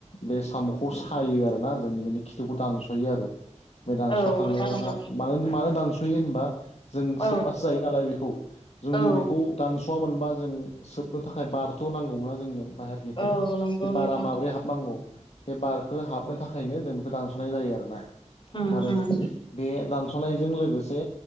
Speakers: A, on the left; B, on the left.
A: बे साम'खौ सायो आरोना जों बिदिनो खिथुखौ दानस'यो आरो। बे दानस'खांनायावहा
B: औ नोंथां नंगौ
A: मानो मानो दानस'यो होनबा जों
B: औ
A: सोबबासो जायो नालाय बेखौ जों
B: औ
A: बेखौ दानस'वा मोनबा। जों सोबनो थाखाय बारथ' नांगौमोना जोंनो बाहेरनिफ्राय
B: औ नंगौ
A: बे
B: नोंथां
A: बारा माब्रै हाबनांगौ। बे बारखौ हाबनो थाखायनो जों बेखौ दानस'नाय जायो आरो ना।
B: उम
A: आरो
B: उम
A: बे दानस'नायजों लोगोसे